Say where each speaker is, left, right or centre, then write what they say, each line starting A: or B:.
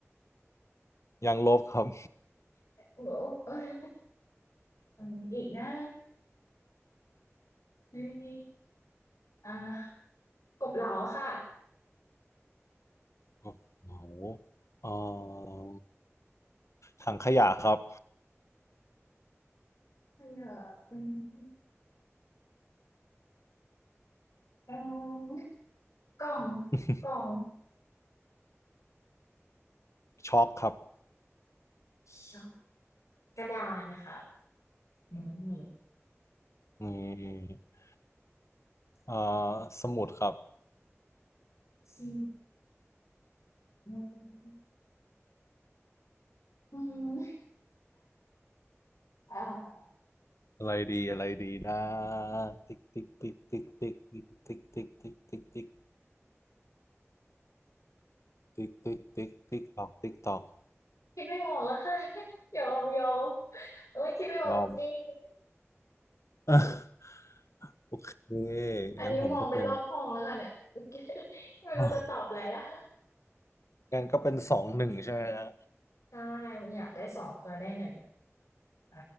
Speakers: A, on the left; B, on the left.
A: ยางลบครับ
B: โอ้โหนูเอ้ยมันมีอีกนะเอยอ่ากบเหลาค่ะ
A: โอ้โหเอ่อถังขยะครับ
B: ไม่เยออืมอืมกล่อง
A: <laughs>
B: กล่อง
A: ช็อกครับ
B: ชอบกระดานค่ะอืม
A: อืมเอ่อสมุดครับ
B: ซิมอืมอืมอ่า
A: อะไรดีอะไรดีนะติ๊กติ๊กติ๊กติ๊กติ๊กติ๊กติ๊กติ๊กติ๊กติ๊กติ๊กติ๊กติ๊กติ๊กตอกติ๊กตอก
B: คิดไม่ออกแล้วค่ะยอมยอมเอ้ยคิดไม่ออกจริง
A: ลอม <laughs> โอเค
B: อันนี้มองไปรอบห้องแล้วกันเนี่ย
A: งั้นผมก็เป็น
B: <laughs> ไม่รู้จะตอบอะไรละ
A: <laughs> งั้นก็เป็นสองหนึ่งใช่ไหมฮะ
B: ใช่อยากได้สองก็ได้หนึ่งอ่ะ